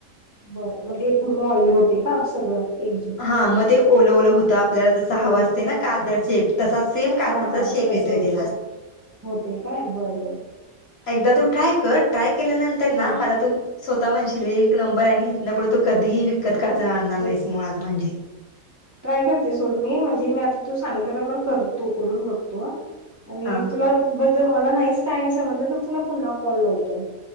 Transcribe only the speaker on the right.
बर म ते पुर्ण ऑइली होते का सगळं एकजीव
हां
ओलं
होतं
हां हां
तसं
होते
होते काय बर बर
हां
तेच
ट्राय करते सोड मी म्हणजे मी आता तु सांगितल्या प्रमाण करतो करून बघतो आणि
तुला मला नाहीच काय नाही समजल तर तुला पुन्हा कॉल लावतो